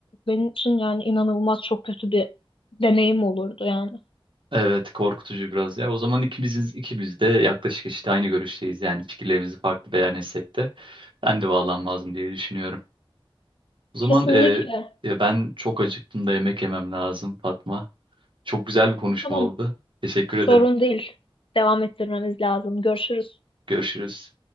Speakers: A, on the left; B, on the right.
A: benim için yani inanılmaz çok kötü bir deneyim olurdu yani.
B: Evet korkutucu biraz ya. O zaman ikimiziz ikimiz de yaklaşık işte aynı görüşteyiz. Yani fikirlerimizi farklı beyan etsek de ben de bağlanmazdım diye düşünüyorum. O zaman
A: Kesinlikle.
B: e, ya ben çok acıktım da yemek yemem lazım Fatma. Çok güzel bir konuşma
A: Tamam,
B: oldu. Teşekkür
A: sorun
B: ederim.
A: değil. Devam ettirmemiz lazım. Görüşürüz.
B: Görüşürüz.